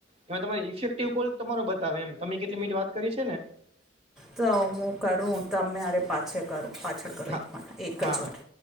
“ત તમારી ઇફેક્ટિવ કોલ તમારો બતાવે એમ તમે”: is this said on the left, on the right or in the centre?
Right